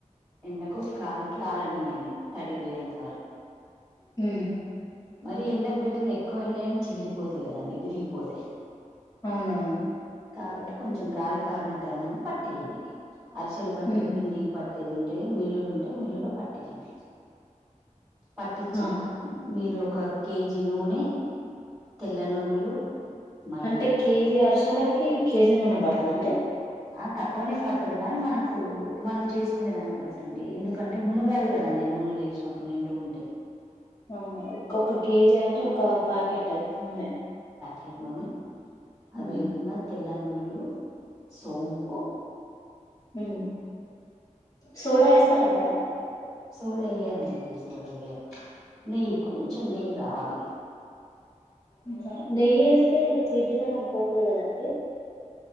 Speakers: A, on the right; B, on the left.
A: ఎండకు గాలికి ఆర నియ్యండి తడిపోయెంత వ
B: హ్మ్
A: మరి ఎండకు పెట్టిన ఎక్కువ ఎండ అయినా చిగిలిపోథై కదండి విరిగ్ పోతే
B: అవునవును
A: కాబట్టి కొంచెం గాలి కారినట్టైనంగా పట్టియండి అరిసెలు బట్టి
B: హ్మ్
A: పిండి పట్ ట్టేదుంటే మిల్లులుంటే మిల్లులో పట్టియండి పట్టిచ్చి
B: ఆ
A: మీరు ఒక కేజీ నూనె తెల్ల నువ్వులు మళ్ళీ
B: అంటే కేజీ అరిషెలకి కేజీ నూనె బడ్తదాఅండి
A: ఆ తక్కువనే పడతది కానీ మనకు మనం జేసుకునే దాన్ని బట్టి అండి ఎందుకంటే మునుగాలి గదం డి నూనె లేషినప్పుడు నిండుగుంటే
B: అవును ఒక కేజీ అంటే ఒక పాకెట్ నూనె
A: కెట్ నూనె అదేవిధంగా
B: హ్మ్
A: తెల్ల నువ్వులు సోంపు
B: నువ్ సోడా ఏస్తారా మేడం
A: సోడా ఇయ్యరండి సోడా ఇయ్యరు నెయ్యి కొంచెం నెయ్యి గావాలి
B: ఊహు నెయ్యేస్తే తీపిదనం పోతది గదం